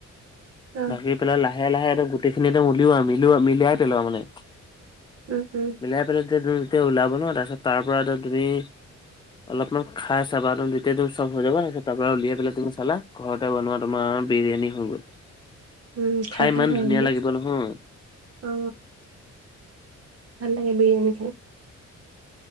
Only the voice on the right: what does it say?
অ',
উম উম
উম,
ভাল লাগে
অ ভাল লাগে বিৰিয়ানী খাই